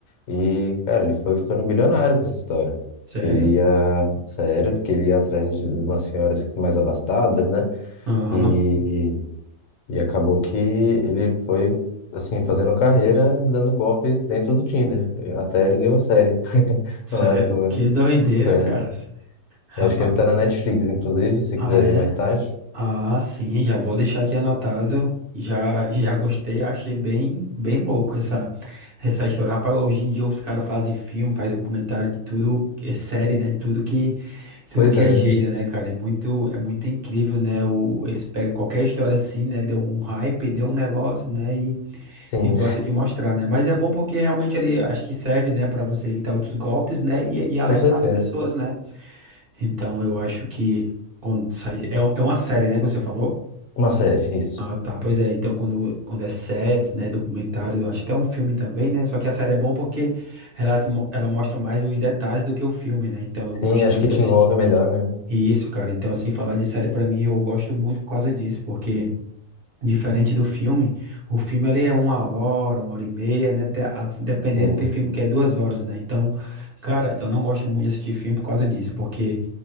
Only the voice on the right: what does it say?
sério?
Aham.
Sério?
Que doideira,
cara. Rapaz.
Ah,
é?
Ah, sim, já vou deixar aqui anotado. Já, já gostei, achei bem, bem louco essa, essa história. Rapaz, hoje em dia os caras fazem filme, fazem documentário de tudo, é série, né? De tudo que, tudo
que
é jeito, né, cara? É muito, é muito incrível, né? O, eles pegam qualquer história assim, né? Deu um hype, deu um negócio, né? E,
e gosta de mostrar, né? Mas é bom porque realmente ele acho que serve, né, para você evitar outros golpes, né? E, e alertar
as pessoas, né? Então eu acho que quando sai, é, é uma série, né, que você falou?
Ah, tá. Pois é, então quando, quando é séries, né, documentários, eu acho até um filme também, né? Só que a série é bom porque ela, ela mostra mais os detalhes do que o filme, né? Então eu gosto
de
assistir
isso, cara. Então, assim, falar de série pra mim, eu gosto muito por causa disso, porque. Diferente do filme, o filme ele é uma hora, uma hora e meia, né? Até, a- dependendo,
tem filme que é duas horas, né? Então, cara, eu não gosto muito de assistir filme por causa disso, porque